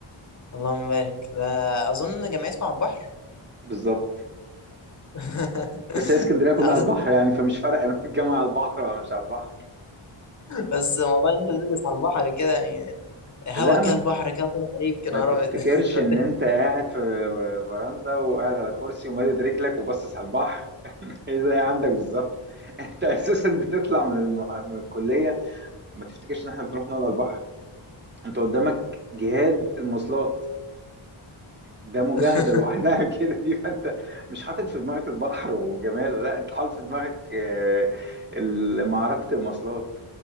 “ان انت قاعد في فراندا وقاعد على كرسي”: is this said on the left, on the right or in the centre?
Right